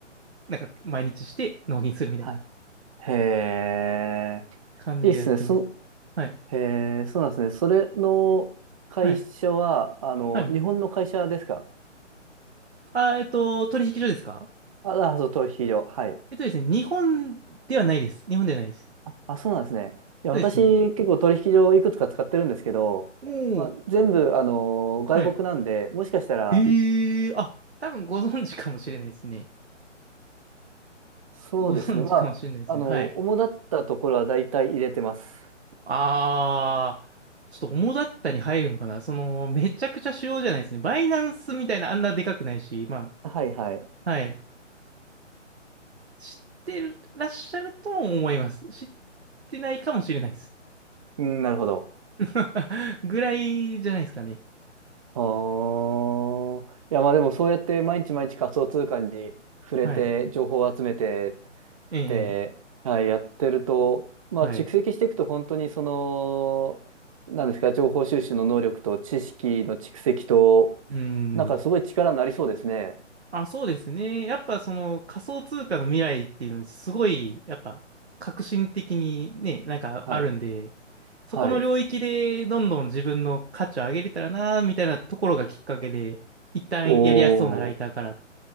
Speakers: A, on the right; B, on the right.
A: なんか毎日して納品するみたいな。
B: はい。へえ。
A: 感じでやってます。
B: いいっすね。そ、
A: はい。
B: へえ、そうなんですね。それの会社は、
A: はい。
B: あの、
A: はいはい。
B: 日本の会社ですか
A: あー、えっと、取引所ですか
B: あ、あ、そう、取引所。はい。
A: えっとですね、日本ではないです。日本ではないです。そ
B: あ、あそうなんですね。いや、
A: うですね。
B: 私、結構取引所いくつか使ってるんですけど、
A: おー
B: まあ、全部、あの、外国なんで、
A: はい。
B: もしかしたら、
A: ええー、あ、多分ご存知かもしれないですね。
B: そうですね。
A: ご存知かもしれないですね。
B: まあ、あの、
A: はい。
B: 主だったところは大体入れてます。
A: あー、ちょっと主だったに入るのかなその、めちゃくちゃ主要じゃないですね。バイナンスみたいなあんなでかくないし、ま
B: はいはい。
A: あ、はい。知ってらっしゃると思います。知ってないかもしれないです。
B: うん、なるほど。
A: <laughs> ぐらいじゃないですかね。
B: ああ。いや、まあでもそうやって毎日毎日仮想通貨に触れて、
A: はい。
B: 情報を集めてっ
A: ええ、
B: て、
A: ええ
B: はい、やってると、まあ蓄積していくと本当にその、
A: はい。
B: なんですか、情報収集の能力と知識の蓄積と、
A: うーん。
B: なんかすごい力になりそうですね。
A: あ、そうですね。やっぱその仮想通貨の未来っていうのはすごい、やっぱ革新的にね、なんかあるんで、
B: はい。
A: そこの領域でどんどん自分の価値を上げれたらな、
B: はい。
A: みたいなところがきっかけで、一旦やりやすそうなライターから
B: おー。